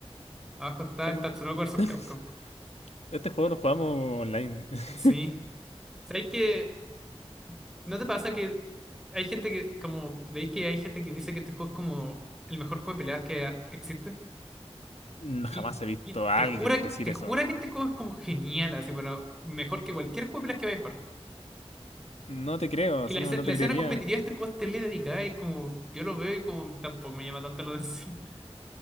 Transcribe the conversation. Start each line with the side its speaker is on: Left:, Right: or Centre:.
Centre: Abajo está
Left: que
Centre: el
Left: m-
Centre: Tatsunoko vs
Left: <laughs>
Centre: Capcom.
Left: Este juego lo jugamos online. <laughs>
Centre: Sí. ¿Sabéis que no te pasa que hay gente que, como veis que hay gente que dice que este juego es como el mejor juego de peleas que ha- existe?
Left: No, Jamás
Centre: Y,
Left: he visto
Centre: y
Left: a
Centre: te
Left: alguien
Centre: jura,
Left: decir
Centre: te
Left: eso.
Centre: jura que este juego es como genial, así, pero mejor que cualquier juego de peleas que vayas a jugar.
Left: No te creo,
Centre: Y
Left: así
Centre: la, esce-
Left: como no
Centre: la
Left: te
Centre: escena
Left: creería.
Centre: competitiva de este juego es tele dedicada y es como, yo lo veo y como tampoco me llama tanto la atención. <laughs>